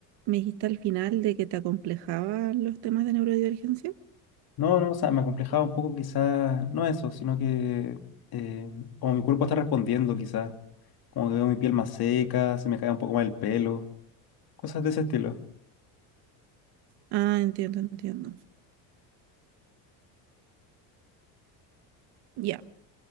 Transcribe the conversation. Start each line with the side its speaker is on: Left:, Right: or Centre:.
Right: me dijiste al final de que te acomplejaban los temas de neurodivergencia.
Left: No, no, o sea, me complejaba un poco quizás, no eso, sino que eh, como mi cuerpo está respondiendo quizás, como que veo mi piel más seca, se me cae un poco más el pelo, cosas de ese estilo.
Right: Ah, entiendo, entiendo. Ya,